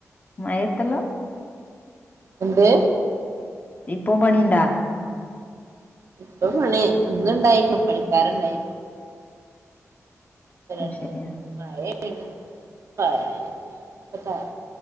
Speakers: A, on the left (about 30°); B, on the right (about 60°).
A: മയത്തെല്ലം
B: എന്ത്
A: ഇപ്പോം പണിയിണ്ടാ?
B: ഇപ്പം പണി ഇന്ന് ഇണ്ടായിരുന്നു പണിക്കാരുണ്ടായിരുന്നു
A: അത്
B: ണ്ടായി
A: ശരിയാ
B: മഴയേണ് പണി ഉം